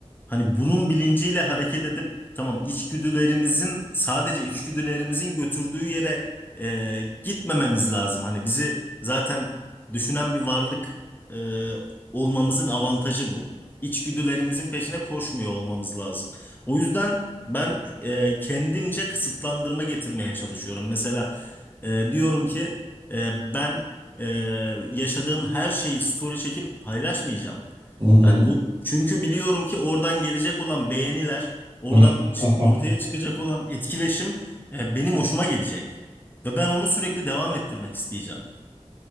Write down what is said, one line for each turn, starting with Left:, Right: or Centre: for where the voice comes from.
Left: Hani bunun bilinciyle hareket edip tamam içgüdülerimizin sadece içgüdülerimizin götürdüğü yere e, gitmememiz lazım. Hani bizi zaten düşünen bir varlık e, olmamızın avantajı bu. İçgüdülerimizin peşine koşmuyor olmamız lazım. O yüzden ben e, kendimce kısıtlandırma getirmeye çalışıyorum. Mesela e, diyorum ki e, ben e, yaşadığım her şeyi story çekip paylaşmayacağım.
Right: Hı hı.
Left: Yani bu çünkü biliyorum ki oradan gelecek olan beğeniler, oradan
Right: Hı.
Left: çı-
Right: <laughs>
Left: ortaya çıkacak olan etkileşim e, benim hoşuma gidecek ve ben onu sürekli devam ettirmek isteyeceğim.